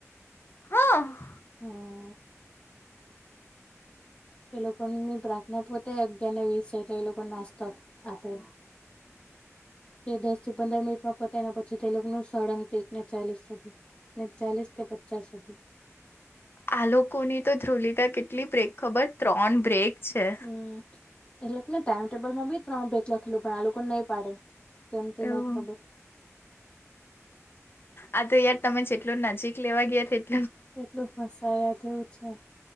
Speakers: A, on the left; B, on the left.
A: હા.
B: હ.. એ લોકોની પ્રાર્થના પતે અગિયાર ને વીસ એટે લે એ લોકો ને નાસ્તો આપે. તે દસ થી પંદર મિનિટમાં પતે ના પછી તે લોકનું સળંગ એક ના ચાલીસ સુધી. ને ચાલીસ કે પચાસ સુધી.
A: આ લોકોની તો ધ્રુલિતા કેટલી બ્રેક ખબર છે ત્રણ બ્રેક છે.
B: હમ એ લેકને ટાઈમ ટેબલમાં બી ત્રણ બ્રેક લખેલુ પણ આ લોકો નહી પાડે. કેમ <unintelligible>
A: એવું
B: નઈ ખબર.
A: આ તો યાર તમે જેટલું નજીક લેવા ગયા તે
B: કેટલું ફસાયા જેવું છે.